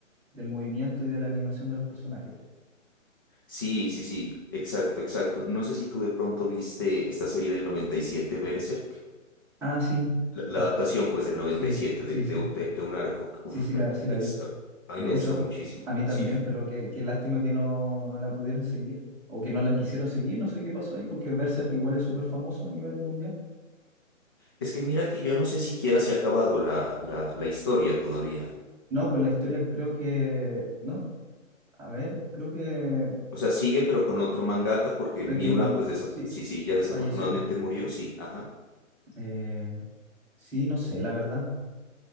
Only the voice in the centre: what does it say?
del movimiento y de la animación de los personajes.
Ah, sí,
la,
sí,
sí,
sí,
sí,
sí,
la, sí la
vi.
De
eso,
a mí también,
pero qué, qué lástima que no, no la pudieron seguir o que no la quisieron seguir, no sé qué pasó ahí, porque Berserk igual es súper famoso a nivel mundial.
No, pues la historia creo que, no, a ver, creo que,
eh,
que el man,
sí,
falleció.
Eh, sí, no sé, la verdad.